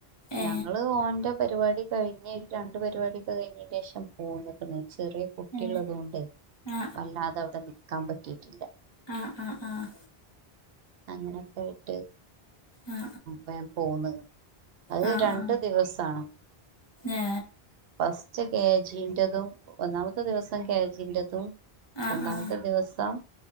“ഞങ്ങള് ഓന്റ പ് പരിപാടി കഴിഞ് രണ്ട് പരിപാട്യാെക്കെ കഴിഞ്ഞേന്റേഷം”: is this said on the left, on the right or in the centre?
Right